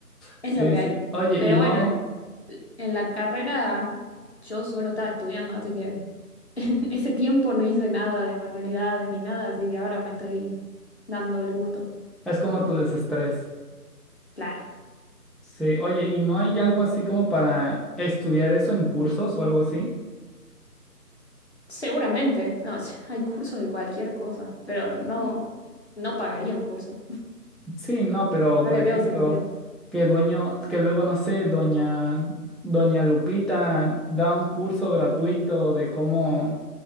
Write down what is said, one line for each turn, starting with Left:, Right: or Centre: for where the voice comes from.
Centre: Sí,
Left: es lo que
Centre: sí.
Left: hay.
Centre: Oye,
Left: Pero
Centre: y no,
Left: bueno, en, en la carrera yo solo estaba estudiando, así que En ese tiempo no hice nada de manualidades ni nada, así que ahora me estoy dando el gusto.
Centre: es como tu desestrés.
Left: Claro,
Centre: Sí, oye, ¿y no hay algo así como para estudiar eso en cursos o algo así?
Left: seguramente. No, <laughs> hay cursos de cualquier cosa, pero no,
Centre: Mm,
Left: no pagaría un curso.
Centre: Sí, no, pero
Left: No
Centre: por
Left: le
Centre: ejemplo,
Left: veo sentido.
Centre: que dueño, que luego, no sé, doña, doña Lupita da un curso gratuito de cómo,